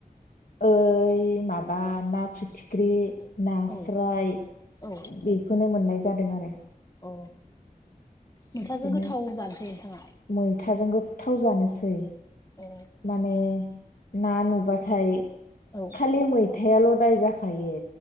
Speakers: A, on the left; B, on the left.
A: ओइ माबा ना फिथिख्रि नास्राय
B: औ औ
A: बेखौनो मोननाय जादों आरो
B: अ मैथाजों
A: बिदिनो
B: गोथाव जानोसै नोंथाङा
A: मैथाजों गो थाव जानोसै
B: अ
A: माने ना नुबाथाय
B: औ
A: खालि मै मैथायाल' दाय जाखायो